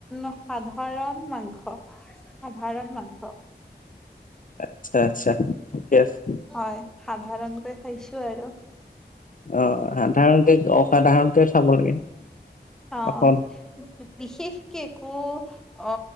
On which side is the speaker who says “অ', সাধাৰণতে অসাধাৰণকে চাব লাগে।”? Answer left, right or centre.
Left